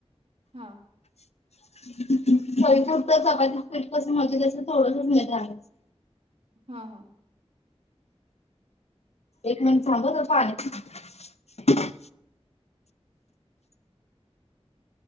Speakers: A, on the right (about 70°); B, on the left (about 75°).
A: हा.
B: <unintelligible> चपातीचं पीठ कसं मळतोय तसं थोडसंच मीठ घालायचं.
A: हा हा.
B: एक मिनिट थांब हं, जरा पाणी पिते.